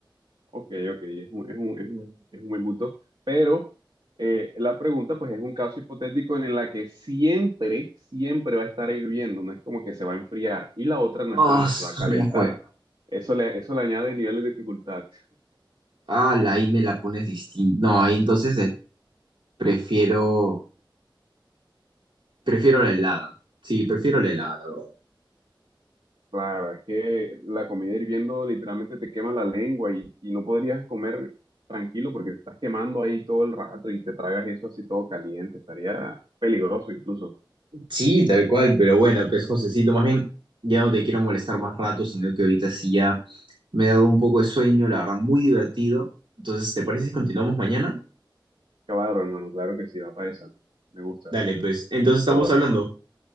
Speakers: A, on the right (about 80°); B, on the right (about 70°).
A: Ok, ok, es un, es un, es un- es un buen punto. Pero eh, la pregunta, pues, es un caso hipotético en la que siempre, siempre va a estar hirviendo. No es como que se va a enfriar. Y la otra no
B: Oh,
A: es como que se va a calentar.
B: ya fue.
A: Eso le, eso le añade niveles de dificultad.
B: Ah, la ahí me la pones distinta. No, ahí entonces eh, prefiero, prefiero la helada. Sí, prefiero la helada, la verdad.
A: Claro, es que la comida hirviendo literalmente te quema la lengua y, y no podrías comer tranquilo porque te estás quemando ahí todo el rato y te tragas eso así todo caliente, estaría peligroso incluso.
B: Sí, tal cual, pero bueno, pues Josecito, más bien ya no te quiero molestar más rato, sino que ahorita sí ya me he dado un poco de sueño, la verdad, muy divertido. Entonces, ¿te parece si continuamos mañana?
A: Claro, hermano, claro que sí, va para esa. Me gusta,
B: Dale, pues, entonces
A: con
B: estamos
A: toda.
B: hablando.